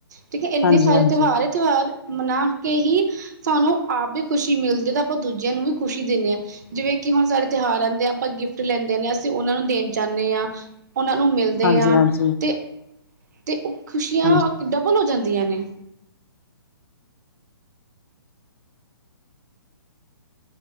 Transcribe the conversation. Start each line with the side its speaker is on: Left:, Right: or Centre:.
Right: ਠੀਕ ਹੈ ਇੰਨੇ
Left: ਹਾਂਜੀ
Right: ਸਾਰੇ
Left: ਹਾਂਜੀ
Right: ਤਿਉਹਾਰ ਹੈ। ਤਿਉਹਾਰ ਮਨਾ ਕੇ ਹੀ ਸਾਨੂੰ ਆਪ ਵੀ ਖੁਸ਼ੀ ਮਿਲਦੀ ਤੇ ਆਪਾਂ ਦੂਜਿਆਂ ਨੂੰ ਵੀ ਖੁਸ਼ੀ ਦਿੰਦੇ ਹਾਂ ਜਿਵੇਂ ਕਿ ਹੁਣ ਸਾਡੇ ਤਿਉਹਾਰ ਆਉਂਦੇ ਆ ਆਪਾਂ ਗਿਫਟ ਲੈਂਦੇ ਨੇ ਅਸੀਂ ਉਹਨਾਂ ਨੂੰ ਦੇਣ ਚਾਹੁੰਦੇ ਹਾਂ। ਉਹਨਾਂ ਨੂੰ ਮਿਲਦੇ
Left: ਹਾਂਜੀ
Right: ਹਾਂ।
Left: ਹਾਂਜੀ
Right: ਤੇ ਤੇ ਖੁਸ਼ੀਆਂ
Left: ਹਾਂਜੀ
Right: ਡਬਲ ਹੋ ਜਾਂਦੀਆਂ ਨੇ